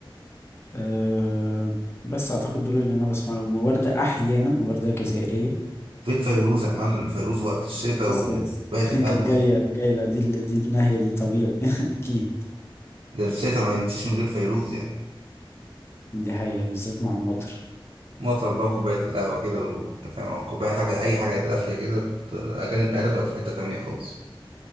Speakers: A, on the left; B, on the right.
A: أه بس اعتقد دول اللي انا بسمع لهم وردة احيانا وردة جزائرية
B: فين فيروز يا معلم فيروز وقت الشتاء
A: لسه
B: وكوباية
A: لسه <laughs>
B: القهوة
A: كانت جاية جاية دي ال- دي الناحية دي طبيعي <laughs> اكيد
B: ده الشتاء ما يمشيش من غير فيروز يعني
A: دي حقيقة بالذات مع المطر
B: مطر بقى كوباية القهوة كده وأنت فاهم أو كوباية حاجة أي حاجة دافية كده الأغاني بتاعتها تبقى في حتة تانية خالص